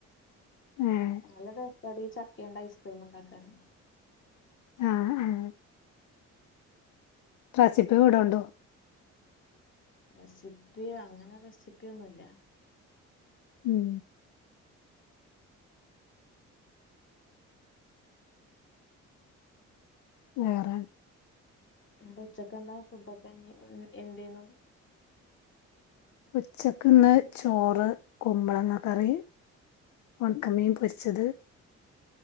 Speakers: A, on the left; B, on the left.
A: ഏഹ്
B: നല്ല ടേസ്റ്റാടി ചക്കേണ്ട് ഐസ്ക്രീം ഉണ്ടാക്കാൻ.
A: ആഹ് ആഹ് റെസിപ്പി വിടോണ്ടു.
B: റെസിപ്പി അങ്ങനെ റെസിപ്പിയൊന്നൂല്ല.
A: ഉം വേറെ
B: ന്നട്ട് ഉച്ചക്കെന്താ ഫുഡൊക്കെ <unintelligible> എന്തേയ്ന്നു.
A: ഉച്ചക്ക്ന്ന് ചോറ് കുമ്പളങ്ങ കറി ഒണക്കമീൻ പൊരിച്ചത്.